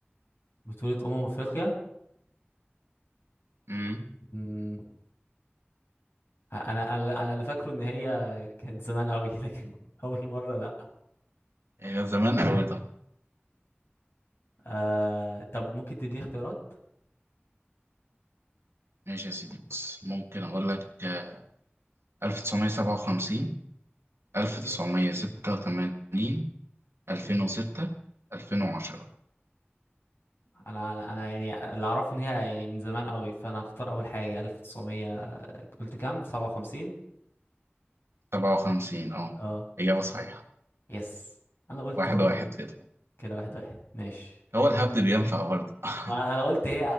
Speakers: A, on the left; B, on the right.
A: بطولة أمم أفريقيا
B: امم
A: مم، انا انا أنا اللي فاكره ان هي كانت زمان قوي <laughs> لكن اول مره لا
B: هي زمان أوي طب
A: آه... طب ممكن تديني اختيارات
B: ماشي يا سيدي بص ممكن أقول لك آه، 1957
A: يعني
B: 1986
A: اوكي
B: 2006
A: اوكي
B: 2010
A: انا انا أنا يعني اللي اعرفه ان هي يعني من زمان قوي فانا هختار اول حاجه 1900 قلت كام 57
B: 57 اه
A: اه
B: إجابة صحيحة
A: آه. يس انا قلت
B: واحد
A: برضه
B: واحد
A: يعني.
B: كده
A: كده واحد واحد ماشي
B: هو الهبد بينفع برضه <laughs>
A: وانا قلت هي